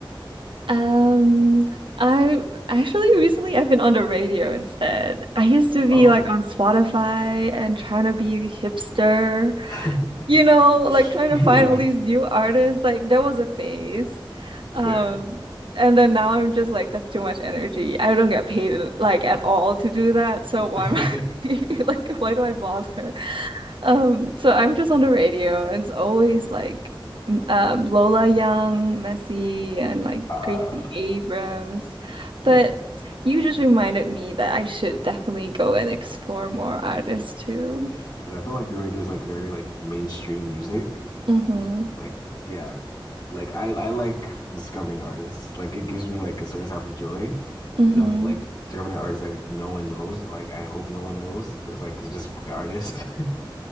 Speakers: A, on the right; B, on the left.
A: um, I actually recently I've been on the radio instead. I used to
B: Oh.
A: be like on Spotify and trying to be hipster.
B: <laughs>
A: you know, like trying
B: Yeah,
A: to find all these new artists. Like there was a phase. Um,
B: Fair.
A: and then now I'm just like, that's too much energy. I don't get paid in- like at all to do that. So why
B: <laughs>
A: am I <laughs> like, why do I bother? Um, so I'm just on the radio and it's always like um Lola Young, Messi, and like
B: Uh,
A: Gracie Abrams. But
B: mm,
A: you just reminded me that I should definitely go and explore more artists too.
B: yeah, because I feel like the radio is like very like mainstream music.
A: Mm-hmm.
B: Like, yeah, like I I like discovering artists. Like, it gives me like a certain type of joy.
A: Mm-hmm.
B: No, like discovering an artist like no one knows. Like, I hope no one knows. So it's like it's just my artist. <laughs>